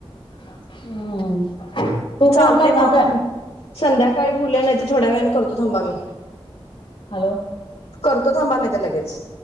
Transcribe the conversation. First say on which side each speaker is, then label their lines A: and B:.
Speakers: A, on the left; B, on the left.
A: हम्म... तू
B: चालते
A: फोन करणार
B: मग
A: काय.
B: संध्याकाळी मुली आल्या कि थोड्या वेळने करतो थांबा म...
A: हॅलो..
B: करतो थांबा नाही तर लगेच.